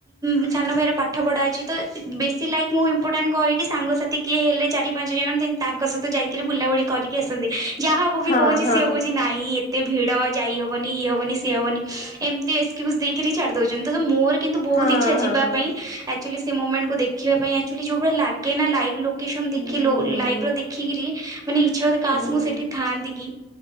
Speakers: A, on the right (about 20°); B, on the left (about 40°).
A: ଉଁ ସାନ ଭାଇର ପାଠ ପଢା ଅଛି ତ ବେଶୀ ଲାଇକ୍ ମୁଁ ଇମ୍ପୋର୍ଟାଣ୍ଟ କରେ କି ସାଙ୍ଗସାଥି କିଏ ହେଲେ ଚାରି ପାଞ୍ଚ ଜଣ ଯେ ତାଙ୍କ ସହିତ ଯାଇକିରି ବୁଲାବୁଲି କରିକି ଆସନ୍ତି। ଯାହାକୁ ବି
B: ହଁ
A: କୋହୁଚି
B: ହଁ।
A: ସିଏ କୋହୁଚି ନାଇଁ ଏ ତେ ଭିଡ ଯାଇ ହବନି ଇଏ ହବନି ସିଏ ହବନି ଏମତି ଏକ୍ସକ୍ୟୁଜ ଦେଇକିରି ଛାଡି ଦୋଉଚନ୍ତି ତ ସୋ ମୋର କିନ୍ତୁ ବୋହୁତ
B: ହଁ
A: ଇଚ୍ଛା
B: ହଁ
A: ଯିବା ପାଇଁ ଆକଚୁଆଲି ସେ ମୋମେଣ୍ଟକୁ ଦେଖିବା ପାଇଁ ଆକଚୁଆଲି ଯୋଉ ଭଳିଆ ଲାଗେ ନା ଲାଇଭ୍ ଲୁକ୍ ଲୋକେସନ୍
B: ହୁଁ
A: ଦେଖି ଲୋ
B: ହୁଁ
A: ଲାଇଭ୍ ର ଦେଖିକିରି ମାନେ ଇଚ୍ଛା ହୁଏ କାସ୍
B: ହୁଁ
A: ମୁଁ ସେଇଠି ଥାଆନ୍ତି କି।